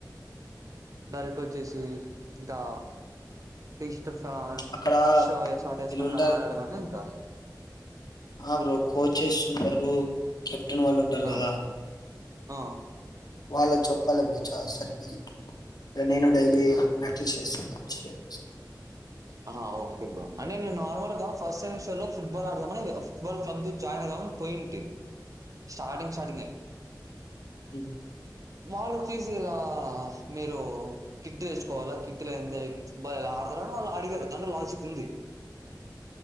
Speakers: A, on the right; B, on the left.
A: డైరెక్ట్ వచ్చేసి ఇంకా టే ష్టం కా
B: అక్కడ
A: షో షార్టే యేసుకొని
B: వీళ్ళుంటారు
A: ఆడడమేనా ఇంకా
B: ఆ బ్రో కోచెస్ ఉన్నారు కెప్ టెన్ వాళ్ళు ఉంటారు
A: ఆ
B: కదా
A: ఆ
B: వాళ్ళకి చెప్పాలి ఎప్పుడు చా సరిపోతే ఇగ నేను డైలీ ప్రాక్టీస్ చేస్తాను వచ్చి ఇగ.
A: ఆహా ఓకే బ్రో అంటే నేను నార్మల్ గా ఫస్ట్ సెమిస్టర్ లో ఫుట్బాల్ ఆడదామని ఫుట్బాల్ క్లబ్ లో జాయిన్ అయిదామని పోయింటి స్టార్టింగ్ స్టార్టింగే
B: ఉ
A: వాళ్ళు వచ్చేసి ఇలా మీరు కిట్టు తెచ్చుకోవాలా కిట్టు లేందే వాళ్ళు ఆడతారని వాళ్ళు అడిగారు దాంట్లో లాజిక్ ఉంది.